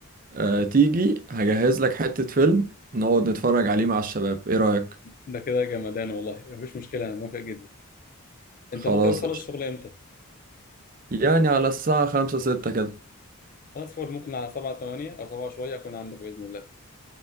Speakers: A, on the right; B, on the left.
A: آه، تيجي هجهز لك حتة فيلم نقعد نتفرج عليه مع الشباب ايه رأيك؟
B: ده كده جمدان والله مفيش مشكله انا موافق جدا انت
A: خلاص
B: بكره بتخلص
A: قشطة
B: الشغل امتى؟
A: يعني على الساعة خمسة ستة كده
B: خلاص فول ممكن على 7 8 او 7 شويه اكون عندك باذن الله